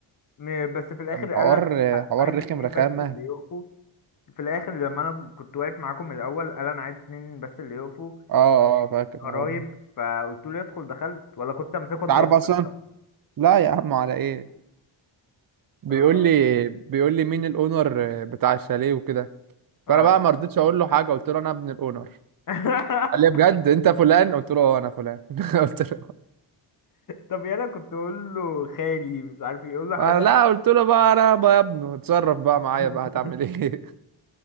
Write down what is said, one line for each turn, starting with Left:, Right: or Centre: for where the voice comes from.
Left: م- بس في الاخر
Right: كان
Left: قال
Right: حوار
Left: انا عايز
Right: حوار
Left: عايز
Right: رخم
Left: اتنين
Right: رخامة
Left: بس اللي يقفوا في الاخر لما انا كنت واقف معاكم من الاول قال انا عايز اتنين بس اللي يقفوا
Right: اه اه فاكر
Left: قرايب
Right: الحوار ده
Left: فقلت له يدخل دخلت ولا كنت امسكه
Right: انت
Left: اضربه
Right: عارف اصلا
Left: يا اسطى
Right: لا يا عم على ايه بيقول
Left: اه
Right: لي بيقول لي مين الاونر بتاع الشاليه وكده
Left: اه
Right: فانا بقى ما رضيتش اقول له حاجة قلت له انا ابن الاونر
Left: <laughs>
Right: قال لي بجد انت فلان قلت له اه انا فلان <laughs> قلت له
Left: طب يلا كنت اقول له خالي مش عارف يقول له حاجه
Right: انا لا قلت له بقى انا بقى يا ابنه اتصرف بقى
Left: <laughs>
Right: معايا بقى هتعمل ايه